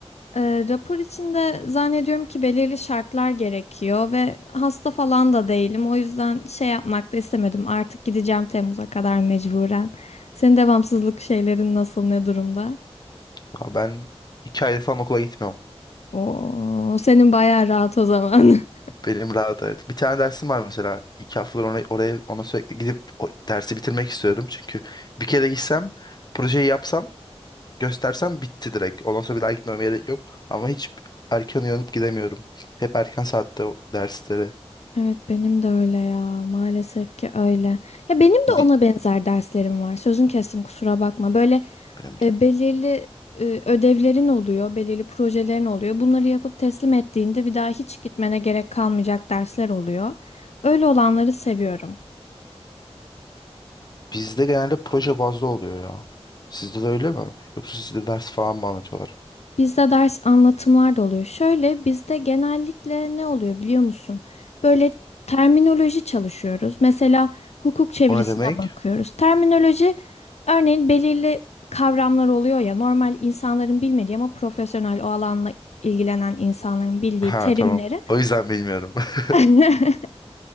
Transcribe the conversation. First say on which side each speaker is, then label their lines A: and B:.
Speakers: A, on the left; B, on the left.
A: Ee, rapor içinde zannediyorum ki belirli şartlar gerekiyor ve hasta falan da değilim. O yüzden şey yapmak da istemedim. Artık gideceğim Temmuz'a kadar mecburen. Senin devamsızlık şeylerin nasıl, ne durumda?
B: Aa, ben iki ay falan okula gitmiyorum.
A: Oo, senin bayağı rahat o zaman. <laughs>
B: Benim rahat evet. Bir tane dersim var mesela. İki haftadır ona, oraya ona sürekli gidip o dersi bitirmek istiyordum. Çünkü bir kere gitsem, projeyi yapsam, göstersem bitti direkt. Ondan sonra bir daha gitmeme gerek yok. Ama hiç erken uyanıp gidemiyorum. Hep erken saatte o derslere.
A: Evet benim de öyle ya. Maalesef ki öyle. Ya benim de
B: Bi-
A: ona benzer derslerim var. Sözün kestim kusura bakma. Böyle
B: Önemli
A: e,
B: değil.
A: belirli e, ödevlerin oluyor, belirli projelerin oluyor. Bunları yapıp teslim ettiğinde bir daha hiç gitmene gerek kalmayacak dersler oluyor. Öyle olanları seviyorum.
B: Bizde genelde proje bazlı oluyor ya. Sizde de öyle mi? Yoksa sizde ders falan mı anlatıyorlar?
A: Bizde ders anlatımlar da oluyor. Şöyle bizde genellikle ne oluyor biliyor musun? Böyle terminoloji çalışıyoruz. Mesela hukuk çevirisine
B: O ne demek?
A: bakıyoruz. Terminoloji örneğin belirli kavramlar oluyor ya normal insanların bilmediği ama profesyonel o alanla ilgilenen insanların bildiği
B: Ha
A: terimleri
B: tamam. O yüzden bilmiyorum.
A: <laughs>
B: <laughs>